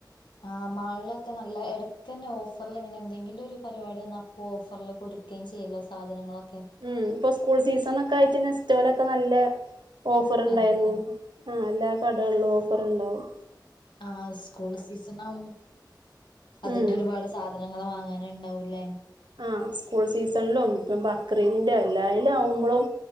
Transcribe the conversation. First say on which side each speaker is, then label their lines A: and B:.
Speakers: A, on the left; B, on the right.
A: ആ മാളിൽ ഒക്കെ നല്ല ഇടയ്ക്കന്നെ ഓഫറിൽ ഇങ്ങനെ എന്തെങ്കിലും ഒരു പരിപാടി വന്ന അപ്പോ ഓഫറിൽ കൊടു കൊടുക്കയും ചെയ്യല്ലോ സാധനങ്ങളൊക്കെ?
B: ഉം ഇപ്പൊ സ്കൂൾ സീസൺ ഒക്കെ ആയിട്ട് നസ്‌റ്റോലൊക്കെ നല്ല ഓഫർണ്ടായിരുന്നു
A: അതെ
B: ആ എല്ലാ കടകളിലും ഓഫറ ണ്ടാവും
A: ആഹ സ്കൂൾ സീസനാവും അതിന്റെ
B: ഉം
A: ഒരുപാട് സാധ ധനങ്ങൾ വാങ്ങാന് ഉണ്ടാവൂല്ലേ?
B: ആഹ സ്കൂൾ സീസണിലും ഇപ്പം ബക്രീതിന്റെ എല്ലായലും ആവുമ്പലും